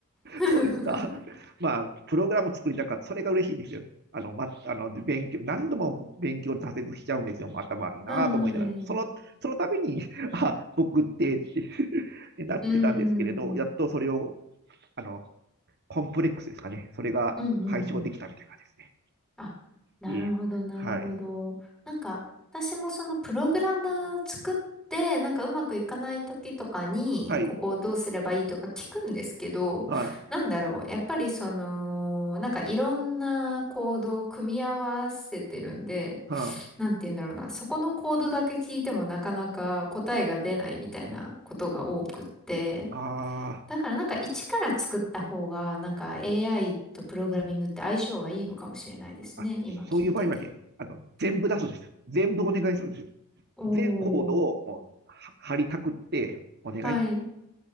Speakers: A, in the centre; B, on the right.
A: <laughs>
B: そうですか。<laughs> まあ、プログラム作りたかった。それが嬉しいんですよ。あの、ま、あの、勉強、何度も勉強挫折しちゃうんですよ。頭悪いなぁと思いながら。
A: はーい。
B: その、その度に、<laughs> あ、僕ってってって <laughs> なってたんですけれど、
A: うー
B: やっとそれを、
A: ん。
B: あの、コンプレックスですかね。それが解消できたみたいな感じですね。
A: うんうんうん。あ、なるほど、
B: ええはい。
A: なるほど。なんか、私もそのプログラム作って、なんかうまくいかない時とかに、
B: はい。
A: ここをどうすればいいとか聞くんですけど、
B: はい。
A: なんだろう。やっぱりその、なんかいろんなコードを組み合わせてるんで、
B: はい。
A: なんて言うんだろうな。そこのコードだけ聞いてもなかなか答えが出ないみたいなことが多くって。
B: あー
A: だからなんか一から作った方が、なんか AI とプログラミングって相性がいいのかもしれないですね。
B: あ、
A: 今聞いてて。
B: そういう場合はね、あの、全部出すんです。全部お願いするんですよ。
A: お
B: 全コードをもうは貼りたくって、
A: ー、
B: お願いっ
A: はい。